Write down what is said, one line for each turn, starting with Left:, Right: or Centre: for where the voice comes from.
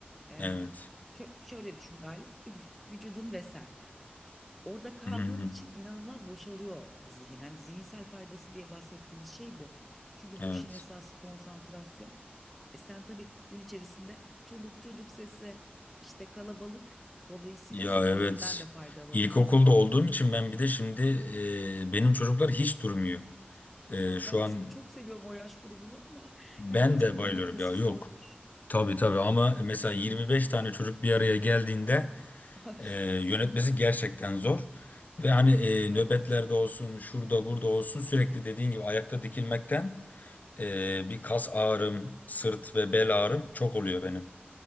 Centre: Eee,
Left: Evet.
Centre: şö- şöyle düşün Galip, <laughs> vücudun ve sen. Orada kaldığın
Left: Hı hı.
Centre: için inanılmaz boşalıyor zihin. Yani zihinsel faydası diye bahsettiğimiz şey bu. Çünkü
Left: Evet.
Centre: bu işin esası konsantrasyon. E sen tabii gün içerisinde çoluk çocuk sesi, işte kalabalık. Dolayısıyla
Left: Ya
Centre: sana
Left: evet.
Centre: o yönden de faydalı
Left: İlkokulda
Centre: olur.
Left: olduğum için ben bir de şimdi e, benim çocuklar hiç durmuyor. E,
Centre: Ya
Left: şu
Centre: ben aslında
Left: an
Centre: çok seviyorum o yaş grubunu ama <laughs>
Left: ben
Centre: yani tabii
Left: de bayılıyorum
Centre: yönetmesi
Left: ya. Yok.
Centre: zordur.
Left: Tabii tabii ama mesela 25 tane çocuk bir araya geldiğinde
Centre: <laughs> Ay
Left: E, yönetmesi gerçekten zor. Ve hani e,
Centre: çok haklısın.
Left: nöbetlerde olsun, şurada burada olsun sürekli dediğin gibi ayakta dikilmekten e, bir kas ağrım, sırt ve bel ağrım çok oluyor benim.